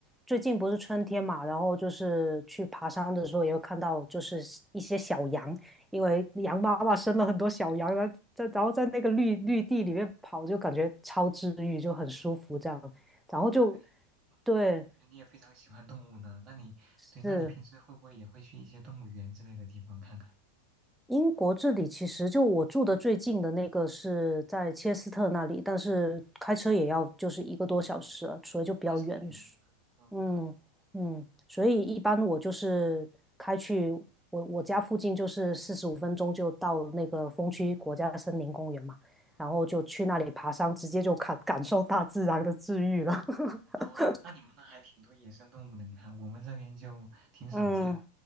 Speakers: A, in the centre; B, on the right.
A: 最近不是春天嘛，然后就是去爬山的时候也会看到就是一些小羊，因为羊妈妈生了很多小羊，然后在然后在那个绿绿地里面跑，就感觉超治愈，就很舒服这样，
B: 哦，
A: 然后就
B: 对，嗯
A: 对，
B: 你也非常喜欢动物呢。那你对，
A: 是
B: 那你平时会不会也会去一些动物园之类的地方看看？
A: 英国这里其实就我住的最近的那个是在切斯特那里，但是开车也要就是一个多小时啊所以就比较远，
B: 哇，这么远，嗯，
A: 嗯嗯，所以一般我就是开去我我家附近，就是四十五分钟就到那个风区国家森林公园嘛，然后就去那里爬山，直接就感感受大自然的治愈了。<laughs>
B: 哦，那你们那还挺多野生动物能看，我们这边就挺少见。
A: 嗯